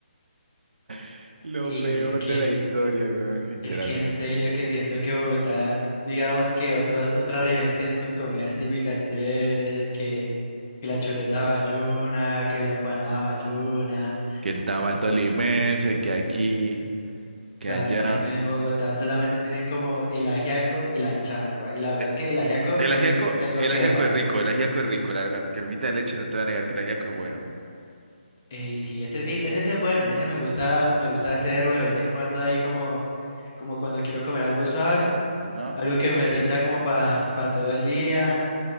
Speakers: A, on the right; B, on the left.
A: <laughs> Lo
B: Y
A: peor
B: es que...
A: de la historia, weón, literalmente.
B: Es que en serio que siento que Bogotá, digamos que otras otras regiones tienen sus comidas típicas chéveres, que, que la chuleta bayuna, que la empanada bayuna.
A: Que el tamal tolimense, que aquí. que
B: Claro,
A: allá.
B: en cambio en Bogotá solamente tienen como el ajiaco y la changua. Y la verdad
A: Eh,
B: es que el ajiaco
A: El
B: sí,
A: ajiaco,
B: sí no tengo
A: el
B: quejas.
A: ajiaco es rico, el ajiaco es rico, la verdad, con cremita de leche no te voy a negar que el ajiaco es bueno.
B: Y sí, este sí, ese sí es bueno y ese me gusta, me gusta hacerlo de vez en cuando ahí como, como cuando quiero comer algo suave,
A: Ajá.
B: algo que me rinda como para todo el día.